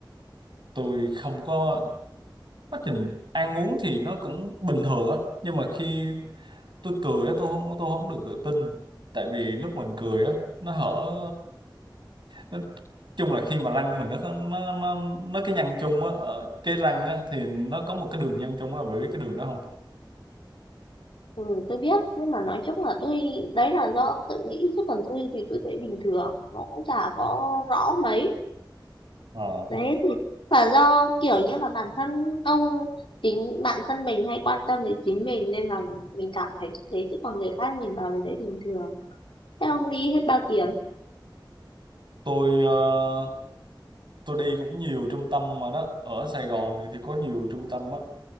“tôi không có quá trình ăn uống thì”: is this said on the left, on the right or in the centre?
Right